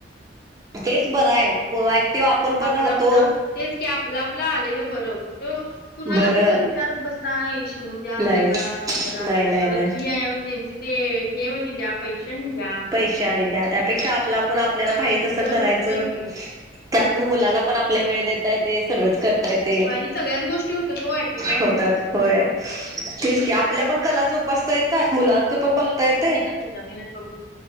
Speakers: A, on the right; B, on the left.
A: तेच बरं आहेत ऍक्टिव आपण पण
B: आपलं
A: राहतो
B: आपलं तेच की आपलं आपलं आलेलं बरं कुठं कुणाला
A: बरं
B: कुठ विचारत बस शिवून द्या
A: नाहीच
B: हे करा ते करा
A: नाही नाही
B: परत
A: नाही
B: फी आहे त्यांच ते हे द्या पैसे नाही
A: पैसे आणि त्या त्यापेक्षा आपला आपण आपल्याला पाही तस
B: होय
A: करायचं
B: हो होय की
A: त्यात म मुलांना पण आपल्या वेळ देतय ते सगळंच कर ते
B: होय आणि सगळ्याच गोष्टी होत्या तो ऍट अ टाइम
A: होतात होय तेठीच की आपल्या पण कला जोपासता येतात मुलांचं पण बघता येते
B: जमीन थोब